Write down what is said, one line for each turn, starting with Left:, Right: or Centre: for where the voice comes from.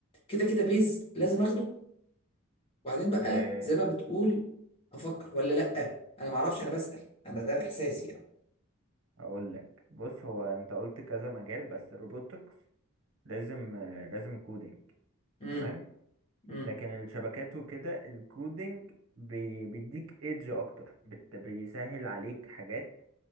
Left: كده كده بيز لازم اخده وبعدين بقى
Right: آه،
Left: زي ما بتقول افكر ولا لا انا ما اعرفش انا بسأل انا ده احساسي يعني
Right: اقول لك بص هو انت قلت كذا مجال بس الروبوتكس لازم آه، لازم كودينج
Left: امم
Right: تمام
Left: امم
Right: لكن الشبكات وكده الكودينج بي... بيديك ايدج اكتر بت... بيسهل عليك حاجات